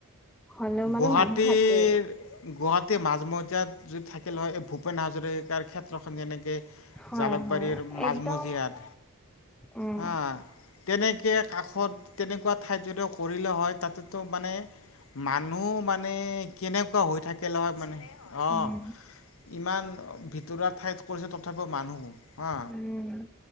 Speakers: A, in the centre; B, on the left (about 65°).
A: হ'লেও মানে
B: গুৱাহাটীৰ,
A: মানুহ থাকে
B: গুৱাহাটীৰ মাজ মজিয়াত যদি থাকিলে হয়, এই ভূপেন হাজৰিকাৰ ক্ষেত্ৰখন যেনেকে
A: হয়
B: জালুকবাৰীৰ
A: হয়
B: মাজমজিয়াত
A: একদম, উম।
B: হা তেনেকে কাষত তেনেকুৱা ঠাইত যদি কৰিলে হয়, তাতেতো মানে মানুহ মানে কেনেকুৱা হৈ থাকিলে হয় মানে অহ
A: উম
B: ইমান ভিতৰুৱ ঠাইত কৰিছে তথাপিও মানুহ হা
A: উম,